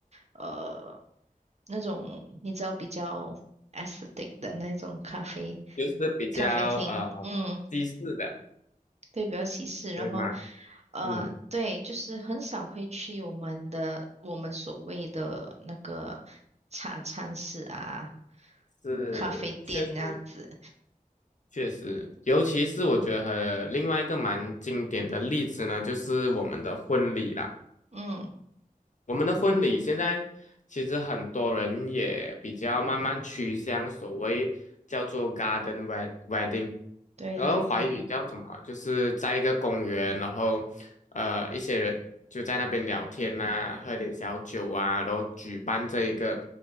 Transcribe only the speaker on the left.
就是比较呃西式的，
对吗？
嗯，
是，
确实确实，尤其是我觉得和另外一个蛮经典的例子呢，就是我们的婚礼啦。
我们的婚礼现在其实很多人也比较慢慢趋向所谓叫做 garden wed- wedding。
然后华语叫什么啊？就是在一个公园，然后呃，一些人就在那边聊天呐、喝点小酒啊，然后举办这一个